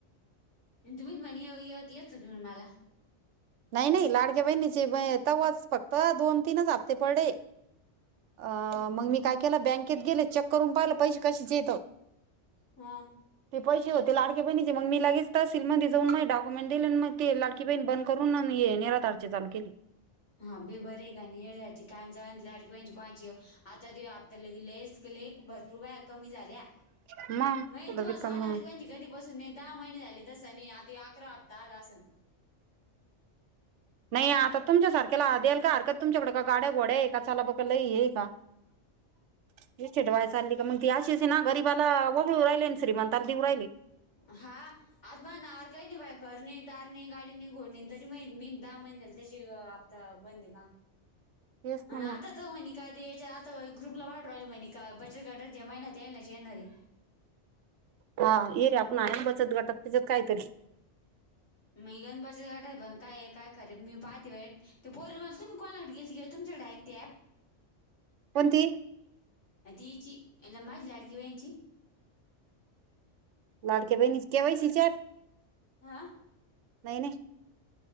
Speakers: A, on the left; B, on the right.
A: अनं तुम्ही म्हणे ये य येत होते म्हणून मला
B: नाय नाय लाडक्या बहिणीचे ब तवा च फक्त दोन तीनच हप्ते पडये. अ
A: हम्म.
B: मंग मी काय केलं बँकेत गेले चेक करून पाहिलं पैसे कशाचे हेत
A: हां
B: ते पैसे होते लाडक्या बहीणीचे मंग मी लगेच तर तहसीलमध्ये जाऊन माझे डाक्युमेंट दिले नं मग ते लाडकी बहीण बंद करून आन हे निराधार चे चालू केले.
A: हा बी बर आहे का नी हे येड्यांची कायम चाग लाडकी बहिची कोणाची आता त्यो हप्ता लग लयेचं लेक भरपूर वेळा कमी झाल्या
B: मग
A: मये
B: कुठं
A: तुम्हाला
B: रिकाम
A: सांगू लडकी बहीणची कधी पासून नय दहा महिने झाले तसं नाही आता ह्यो अकरावा हप्ता आला असन
B: नाही आता तुमच्यासारख्याला द्यायला काय हरकत तुमच्याकड का गाड्या घोड्या आहे का चला बघा लई हे हाय का?
A: <unintelligible>
B: ये चिडवायला चालली का मंग ती अशी ये ना गरिबाला वगळू राहिले नं श्रीमंताला देऊ राहिले.
A: हा आज माया नावावर काय नाही बाई घर नाही दार नाही गाडी नाही घोड नाही तरी माहि मी दहा महिने झाले तसे हप् प्ता बंद ये माआ
B: तेच
A: अनं
B: ना मग
A: आता त म्हणी काय ते याच्या आता ग्रुपला वाटू राहिले म्हणे का बचत गटात च्या महिला त्यानाच येणार ये.
B: हा ये रे आपण आहे बचत गटात त्याज्यात काय तरी
A: मी कऊन बचत गटात पण काय काय खरे मी पाहते बाई ते पोरी मला तुम्ही कोणाकडे गेलती गे तमच्या डाक्ट ते ॲप
B: कोणती
A: तीची एला माझला आडकी वेनचची
B: लाडके बहिणी के वैसचे नाही
A: हा
B: नाही